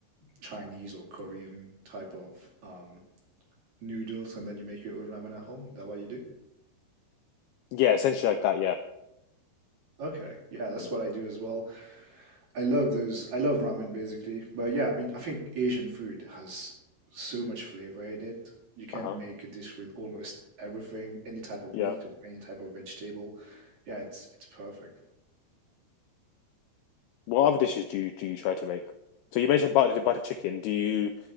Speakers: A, on the right; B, on the left.
A: Chinese or Korean type of um noodles and then you make your own ramen at home? Is that what you do?
B: Yeah, essentially like that. Yeah,
A: Okay. Yeah, that's
B: yeah,
A: what I do as well. I love those. I love ramen basically. But yeah, I mean, I think Asian food has so much flavor in it. You can
B: uh huh,
A: make a dish with almost everything, any type of
B: yeah.
A: meat or any type of vegetable. Yeah, it's it's perfect.
B: What other dishes do you do you try to make? So you mentioned butter butter chicken. Do you